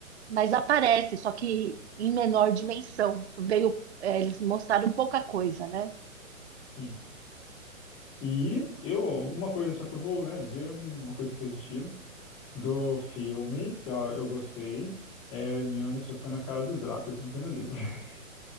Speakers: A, on the right; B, on the left.
A: mas aparece, só que em menor dimensão. Veio, é, eles mostraram pouca coisa, né?
B: Sim. E eu, uma coisa só que eu vou, né, dizer uma coisa positiva. do filme, que ó, eu gostei, é a Hermione socando a cara dos Dracos, isso não tem no livro. <laughs>